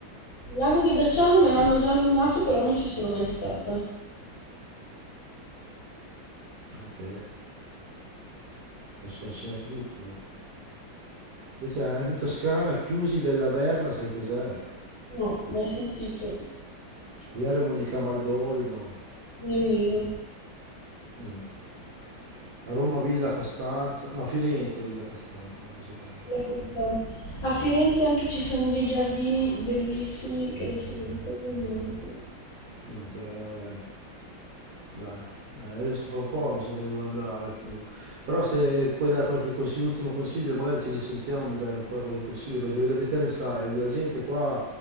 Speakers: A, on the left; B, on the right.
A: Il lago di Bracciano me l'hanno già nominato, però non ci sono mai stata.
B: Ok, adesso ho insegnato tutto. guarda. Invece eh, in Toscana, Chiusi della Verna, sai cos'è?
A: No, mai sentito,
B: L'eremo di Camaldolino.
A: nemmeno.
B: Niente. Roma, Villa Costanza, no Firenze, Villa Costanza, no, eccetera.
A: La Costanza. A Firenze anche ci sono dei giardini bellissimi, che adesso non ricordo il nome. però.
B: niente, eh, dai. Eh, adesso fra un po' mi sa che devo andare comunque. Però se puoi dare qualche consiglio, ultimo consiglio, magari ci risentiamo e dai ancora qualche consiglio, perché vedo che te ne sai, la gente qua